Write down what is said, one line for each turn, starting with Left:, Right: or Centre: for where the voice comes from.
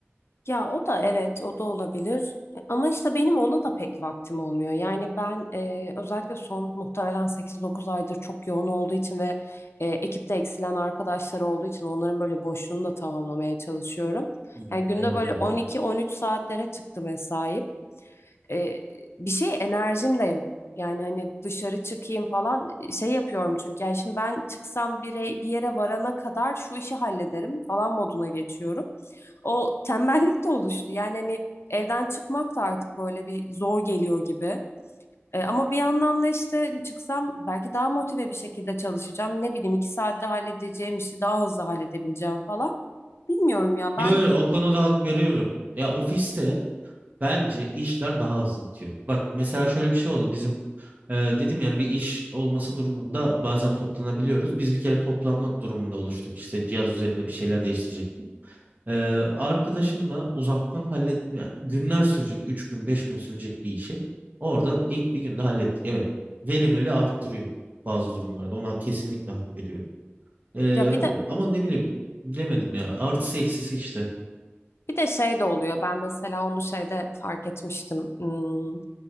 Left: Ya o da evet o da olabilir. Ama işte benim ona da pek vaktim olmuyor. Yani ben e, özellikle son muhtemelen 8-9 aydır çok yoğun olduğu için ve e, ekipte eksilen arkadaşlar olduğu için onların böyle boşluğunu da tamamlamaya çalışıyorum.
Right: Hmm.
Left: Yani günde
Right: Evet
Left: böyle
Right: tabii.
Left: 12-13 saatlere çıktı mesai. E, bir şey enerjim de yok. Yani hani dışarı çıkayım falan şey yapıyorum çünkü. Yani şimdi ben çıksam bir, bir yere varana kadar şu işi hallederim falan moduna geçiyorum. O tembellik de oluştu. Yani hani evden çıkmak da artık böyle bir zor geliyor gibi. E, ama bir yandan da işte çıksam belki daha motive bir şekilde çalışacağım. Ne bileyim iki saatte halledeceğim işi daha hızlı halledebileceğim falan. Bilmiyorum ya ben
Right: Yo, yo, o konuda hak veriyorum. Ya ofiste bence işler daha hızlı bitiyor. Bak mesela şöyle bir şey oldu bizim e, dedim yani bir iş olması durumunda bazen toplanabiliyoruz. Biz bir kere toplanma durumunda oluştuk işte cihaz üzerinde bir şeyler değiştirecektik. E, arkadaşımla uzaktan hallet yani günler sürecek 3 gün 5 gün sürecek bir işi orada ilk bir günde hallettik. Evet verimliliği arttırıyor bazı durumlarda ona kesinlikle hak veriyorum. E,
Left: ya bir de
Right: ama ne bileyim bilemedim ya artısı eksisi işte.
Left: Bir de şey de oluyor. Ben mesela onu şeyde fark etmiştim. Hmm,